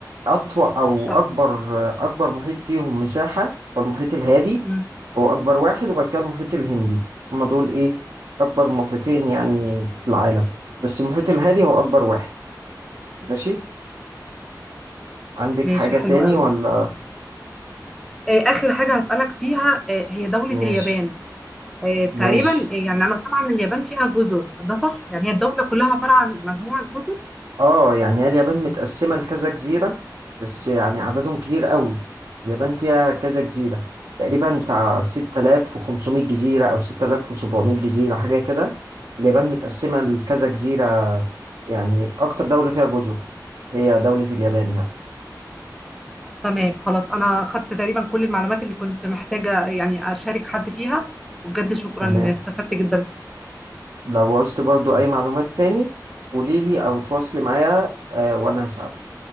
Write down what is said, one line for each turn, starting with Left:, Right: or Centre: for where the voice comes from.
Right: أطول أو
Centre: صح
Right: أكبر آه، أكبر محيط فيهم مساحة هو المحيط الهادي
Centre: مم.
Right: هو أكبر واحد وبعد كده المحيط الهندي هما دول إيه أكبر محيطين يعني في العالم بس المحيط الهادي هو أكبر واحد ماشي عندك
Centre: ماشي
Right: حاجة
Centre: حلو
Right: تاني
Centre: قوي
Right: ولا
Centre: آه اخر حاجه هسالك فيها آه هي دوله
Right: ماشي
Centre: اليابان آه، تقريبا
Right: ماشي
Centre: آه، يعني انا سامعه ان اليابان فيها جزر ده صح يعني هي الدوله كلها عباره عن مجموعه جزر
Right: اه يعني هي اليابان متقسمة لكذا جزيرة بس يعني عددهم كتير قوي اليابان فيها كذا جزيرة تقريبا بتاع 6500 جزيرة أو 6700 جزيرة حاجة كده اليابان متقسمة لكذا جزيرة يعني أكتر دولة فيها جزر هي دولة اليابان يعني
Centre: تمام خلاص انا خدت تقريبا كل المعلومات اللي كنت محتاجه يعني اشارك حد فيها وبجد شكرا
Right: تمام
Centre: استفدت جدا
Right: لو عوزت برضو أي معلومات تاني قوليلي أو تواصلي معايا آه وأنا هساعدك